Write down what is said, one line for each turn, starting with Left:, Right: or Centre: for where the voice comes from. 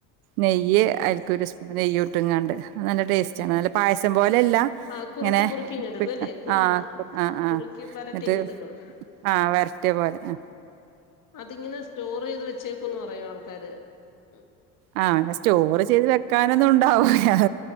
Right: നെയ്യ് അതിക്കൊരു അങ്ങനെെയ്യോട്ടിങ്ങാണ്ട് നല്ല ടേസ്റ്റണ് നല്ല പായസം പോലെല്ല
Left: ആ ആ കുറുക്കി
Right: ഇങ്ങനെ
Left: കുറുക്കി ഇങ്ങെടുക്കും
Right: പി
Left: അല്ലേ
Right: അ
Left: കുറു
Right: അ അ
Left: കുറുക്കി വരട്ടി
Right: എന്നിട്ട്
Left: ഇങ്ങെടുക്കും
Right: ആ വരറ്റ പോലെ ആ
Left: അതിങ്ങനെ സ്റ്റോർ ചെയ്ത് വെച്ചേക്കന്ന് പറയാ ആൾക്ക പ
Right: ആ അങ്ങനെ സ്റ്റോർ ചെയ്ത് വെക്കാനൊന്നുണ്ടാവൂല്ല